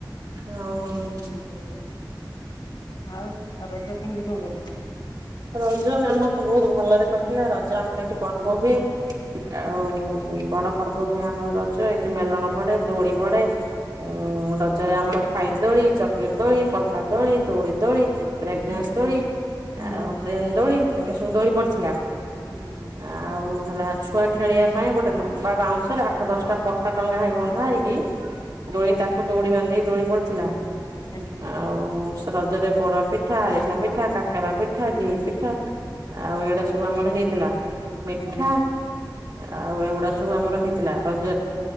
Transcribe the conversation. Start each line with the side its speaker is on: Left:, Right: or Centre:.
Right: ହଁ ହଁ।
Left: ଓହୋ ଆଉ ଆଉ ରଜ କେମିତି କଣ କଲ?
Right: ରଜ ଆମର ତ ବହୁତ ଭଲରେ କଟ୍ ଥିଲା ରଜ ଆମର ଏଠି ପର୍ବ ହୁଏ ଆଉ ବଡ ପର୍ବ ହୁଏ ଆମର ରଜ ଏଠି ମେଲଣ ପଡେ ଦୋଳି ପଡେ ଉଁ
Left: ହୁଁ ହୁଁ
Right: ରଜରେ ଆମର ଖାଇ ଦୋଳି ଚକିର ଦୋଳି ପଟା ଦୋଳି ଦୋଳି ଦୋଳି। ବ୍ରେଗଡ୍ୟାନ୍ସ
Left: ହୁଁ
Right: ଦୋଳି
Left: ହୁଁ
Right: ଆଉ
Left: ହୁଁ
Right: ଦୌଳି ତମେ ସବୁ ଦୋଳି ପଡିଥିଲା?
Left: ହ ହୋ।
Right: ଆଉ ହେଲା ଛୁଆ ଖେଳିବା ପାଇଁ ଗୋଟେ ଲମ୍ବା ବାଉଁଶରେ ଆଠ ଦଶଟା ପଟା ଟଙ୍ଗା ହେଇ ବନ୍ଧା ହେଇକି
Left: ହଁ
Right: ଦୋଳି
Left: ହଁ
Right: ତାକୁ ଦୋଡି ବାନ୍ଧି ଦୋଳି ପଡିଥିଲା
Left: ଆଜ୍ଞା
Right: ଆଉ ରଜରେ ପୋଡ ପିଠା, ଆରିଷା
Left: ହଁ
Right: ପିଠା, କାକରା ପିଠା ପଠା ଘ ପିଠା ଆଉ ଏଇଟା ସବୁ ଆମର ହେଇଥିଲା ମିଠା
Left: ହୁଁ ହୁଁ
Right: ଆଉ ଏଗୁଟା ତ ସବୁ ଆମର ହେଇଥିଲା ରଜ